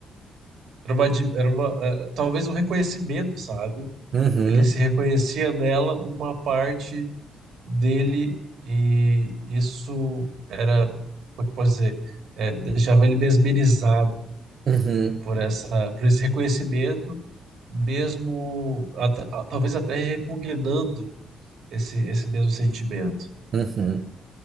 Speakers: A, on the right; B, on the right.
A: Era uma, di- era uma, é, talvez um reconhecimento, sabe?
B: Uhum,
A: Ele se reconhecia nela numa parte dele e isso era, como é que eu posso dizer? É, deixava ele mesmerizado
B: uhum,
A: por essa, por esse reconhecimento, mesmo at- a- talvez até repugnando esse, esse mesmo sentimento.
B: uhum.